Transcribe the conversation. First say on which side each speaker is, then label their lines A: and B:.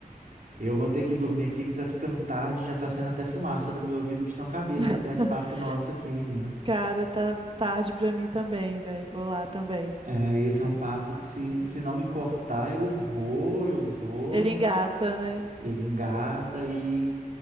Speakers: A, on the right; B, on the right.
A: Eu vou ter que dormir aqui que tá ficando tarde, já tá saindo até fumaça do meu ouvido de tão cabeça
B: <laughs>
A: que tá esse papo nosso aqui, menina.
B: Cara, tá tarde pra mim também, velho. Vou lá também.
A: É, esse é um papo que se, se não me cortar, eu vou, eu vou,
B: Ele engata, né?
A: ele engata e